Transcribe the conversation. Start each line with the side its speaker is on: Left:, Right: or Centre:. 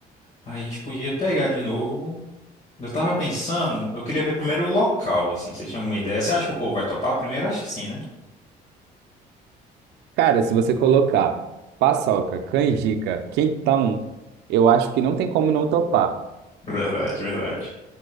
Left: Aí a gente podia pegar de novo Eu tava pensando, eu queria ver primeiro o local, assim. Você tinha alguma ideia? Você acha que o povo vai topar? Primeiro, acho que sim, né?
Right: Cara, se você colocar paçoca, canjica, quentão, eu acho que não tem como não topar.
Left: Verdade, verdade.